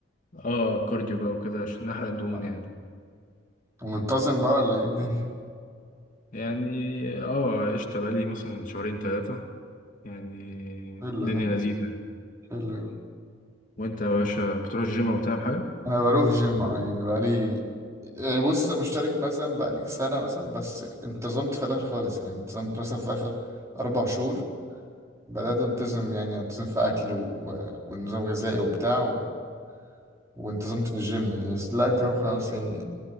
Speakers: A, on the left; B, on the right.
A: اه كارديو بقى وكده عشان احرق الدهون
B: آه.
A: يعني
B: ومنتظم بقى ولا إيه الدنيا؟
A: يعني اه قشطة بقالي مثلا شهرين تلاتة يعني
B: حلو
A: الدنيا
B: ده
A: لذيذة يعني
B: حلو ده
A: وانت يا باشا بتروح الجيم او بتعمل حاجة؟
B: أنا بروح جيم أه يعني بقى لي يعني بص مشترك مثلا بقى لي سنة مثلا بس انتظمت في الآخر خالص يعني انتظمت مثلا في آخر أربع شهور بدأت أنتظم يعني أنتظم في أكل و... ونظام غذائي وبتاع و... وانتظمت في الجيم يعني بس دلوقتي اهو خلاص يعني